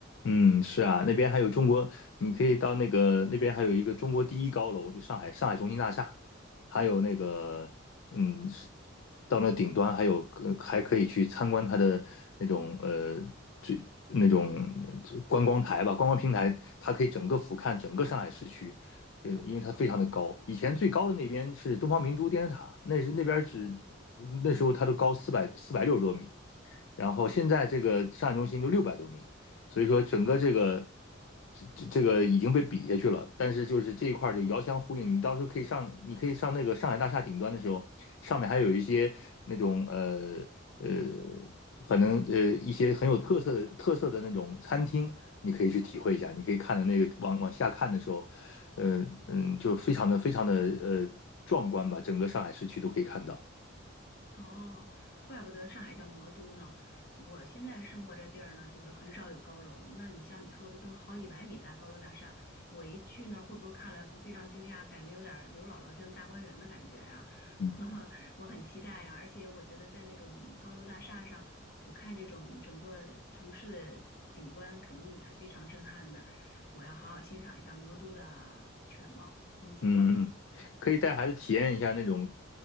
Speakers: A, on the left; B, on the left.
A: 嗯，是啊，那边还有中国，你可以到那个那边还有一个中国第一高楼，就上海上海中心大厦，还有那个嗯，是到那顶端还有呃还可以去参观它的那种呃最那种呃观光台吧，观光平台，它可以整个俯瞰整个上海市区，呃，因为它非常的高，以前最高的那边是东方明珠电视塔，那是那边只那时候它都高四百四百六十多米，然后现在这个上海中心都六百多米。所以说整个这个这这这个已经被比下去了，但是就是这一块儿就遥相呼应。你到时候可以上，你可以上那个上海大厦顶端的时候，上面还有一些那种呃呃，反正呃一些很有特色的特色的那种餐厅，你可以去体会一下。你可以看到那个往往下看的时候，嗯嗯，就非常的非常的呃壮观吧，整个上海市区都可以看到。
B: 哦，怪不得上海叫魔都呢。我现在生活这地儿呢，就是很少有高楼。那你像你说的，都是好几百米大高楼大厦。我一去那儿，会不会看了会非常惊讶，感觉有点儿刘姥姥进大观园的感觉啊？<laughs>
A: 嗯。
B: 哈哈，我很期待啊！而且我觉得在那种高楼大厦上俯瞰这种整个城市的景观，肯定也是非常震撼的。我要好好欣赏一下魔都的全貌风景。
A: 嗯，嗯嗯可以带孩子体验一下那种，